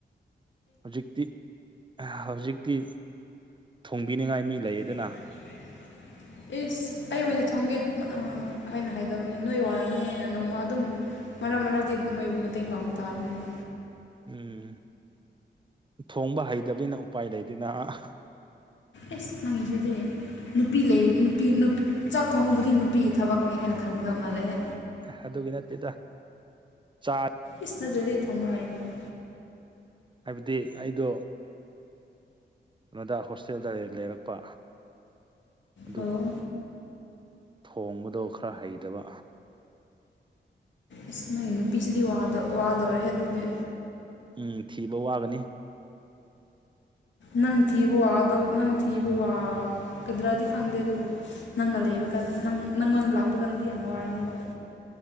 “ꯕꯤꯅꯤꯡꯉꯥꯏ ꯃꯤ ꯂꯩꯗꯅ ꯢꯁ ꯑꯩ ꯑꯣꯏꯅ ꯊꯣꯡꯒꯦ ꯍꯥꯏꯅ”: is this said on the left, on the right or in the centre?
Left